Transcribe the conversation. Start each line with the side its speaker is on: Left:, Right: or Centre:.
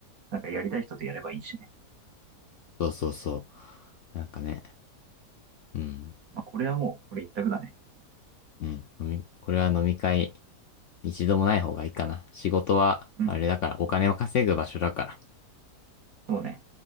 Right: なんかやりたい人とやればいいしね。
Left: そうそうそう。なんかね、うん。
Right: まあ、これはもう、これ一択だね。
Left: うん。飲み、これは飲み会、一度もない方がいいかな。仕事は、
Right: うん。
Left: あれだから、お金を稼ぐ場所だから。
Right: そうね。